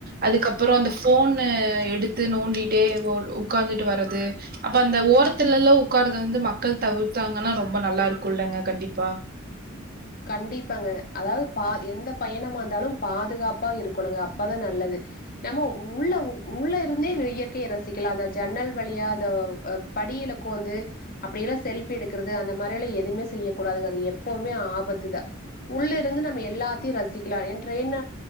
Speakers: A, on the right; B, on the left.
A: அதுக்கப்புறம் அந்த போன எடுத்து நோண்டிட்டே உட்கார்ந்துட்டு வர்றது அப்ப அந்த ஓரத்துல எல்லா உட்காரறத வந்து மக்கள் தவிர்த்தாங்கன்னா ரொம்ப நல்லா இருக்குல்ங்க கண்டிப்பா
B: கண்டிப்பாங்க அதாவது பா எந்த பயணமா வந்தாலும் பாதுகாப்பா இருக்கணுங்க அப்பதான் நல்லது நம்ம உள்ள உள்ள இருந்தே இயற்கையை ரசிக்கலா அந்த ஜன்னல் வழியா அந்த படியில கோந்து அப்படியெல்லாம் செல்பி எடுக்கிறது அந்த மாரிலா எதுவுமே செய்யக்கூடாதுங்க அது எப்பவுமே ஆபத்து உள்ள இருந்து நம்ம எல்லாத்தையும் ரசிக்கலா என்ட்ரென்